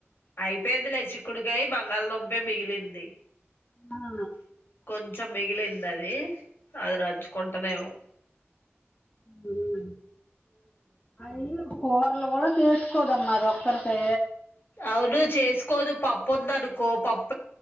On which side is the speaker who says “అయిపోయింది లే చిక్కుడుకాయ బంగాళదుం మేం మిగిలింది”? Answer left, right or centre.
Left